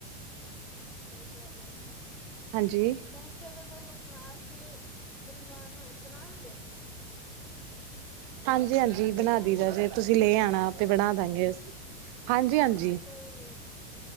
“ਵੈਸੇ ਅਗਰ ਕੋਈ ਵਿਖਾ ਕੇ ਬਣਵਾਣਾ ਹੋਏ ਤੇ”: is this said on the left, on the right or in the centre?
Centre